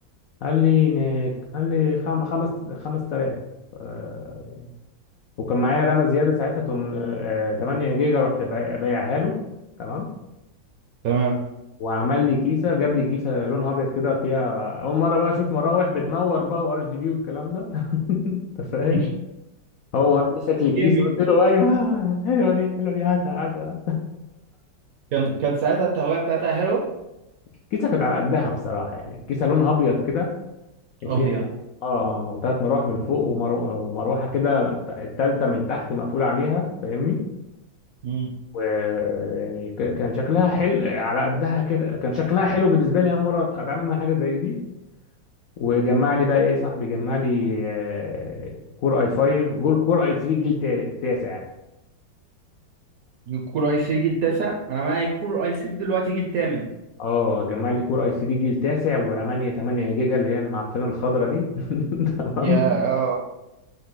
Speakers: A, on the left; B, on the right.
A: قال لي إن- قال لي خم... خمس 5000 آه، وكان معايا رامه زياده ساعتها تم... آه، 8 جيجا رحت بايع- بايعها له تمام
B: تمام
A: وعمل لي كيسه جاب لي كيسه لونها ابيض كده فيها اول مره بقى اشوف مراوح بتنور بقى وار جي بي والكلام ده <laughs> انت فاهم
B: <laughs>
A: هو وراني شكل الكيسه
B: الجيمنج
A: قلت له ايوه حلوه دي حلوه دي هاتها هاتها
B: كان كان ساعتها التهويه بتاعتها حلوه
A: الكيسه كانت على قدها بصراحه يعني كيسه لونها ابيض كده وفيها
B: ابيض
A: اه ثلاث مراوح من فوق ومرو... ومروحه كده التالتة من تحت مقفولة عليها فاهمني
B: مم.
A: ويعني ك... كان شكلها حلو على قدها كده كان شكلها حلو بالنسبة لي أول مرة أتعامل مع حاجة زي دي وجمع لي بقى إيه صاحبي جمع لي آه، كور اي 5 جول كور اي 3 جيل تا- تاسع
B: جيل كور اي 3 جيل تاسع انا معايا جيل كور اي 3 دلوقتي جيل تامن
A: اه جمع لي كور اي 3 جيل تاسع ورمانية 8 جيجا اللي هي المعفنة الخضرا دي <laughs> تمام
B: يا اه